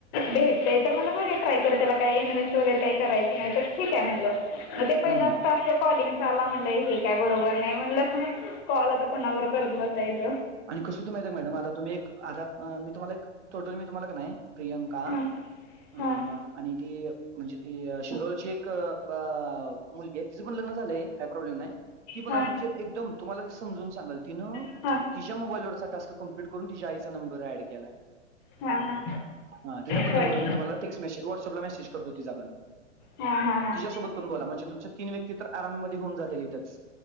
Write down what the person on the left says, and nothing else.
भेटतय तर म्हणल बघूया ट्राय करुया काही इन्व्स्ट वगैर काही करायचं नाही तर ठीक आहे म्हणलं. मग ते पहिलाच
स्टाक कॉलिंग चा आला म्हटलं हे काय? बरोबर नाही म्हणलं हं हं कॉल आता कोणा बरोबर करत बसायच
हां
हां
हां
हा.
हा हा
होय.
हां हां हां